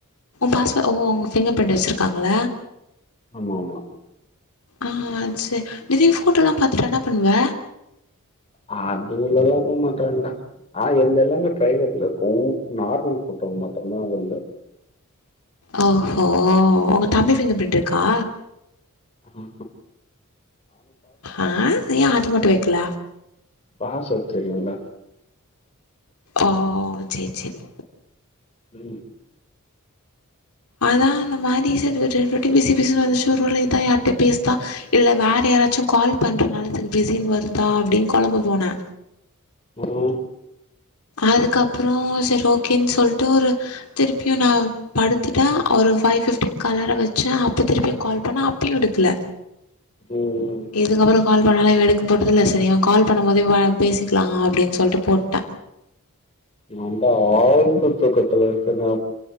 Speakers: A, on the left; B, on the left.
A: பாஸ்வ ஓ அவுங்க ஃபிங்கர் ஃப்ரிண்ட் வச்சிருக்காங்ள
B: ஆமா ஆமா
A: ஆ செ திடிருனு ஃபோட்டோலா பாத்துட்டா என்ன பண்ணுவ
B: அது உள்ளலா போ மாட்டாங்கடா ஆ என்து எல்லாமே ப்ரைவேட்ல இருக்கு நார்மல் போட்டோங்க மட்டுந்தா வெள்ல
A: ஆ கா ஒங்க தம்பி ஃபிங்கர்ப்ரின்ட் இருக்கா
B: ம்
A: அ க ஏ அது மட்டு வைக்கல
B: பாஸ்வேர்ட் தெரியுல்ல
A: ஆ சேர் சேரி
B: ம்
A: அதா அந்த மாரி <unintelligible> ரெட்டி பிஸி பிஸி வந்துச்சோ ஒருவேல இதா யார்ட்ட பேஸ் தா இல்ல வேற யாராச்சு கால் பண்றனால இதுக்கு பிஸினு வருதா அப்டின் கொழம்பு போன
B: ஓ
A: அதுக்கப்றோ சரி ஓகேன் சொல்ட்டு ஒரு திருப்பியு நா படுத்துட்ட ஒரு ஃபைவ் பிஃப்டீன்க்கு அலாரோ வச்ச அப்போ திருப்பியு கால் பண்ண அப்பயு எடுக்ல
B: ம்
A: இதுக்கப்றோ கால் பண்ணாலு இவ எடுக்க போறதில்ல செரி இவ கால் பண்ணபோதே வ பேசிக்கலா அப்டின் சொல்ட்டு போட்ட
B: நல்ல ஆழ்ந்த தூக்கத்துல இருக்க நா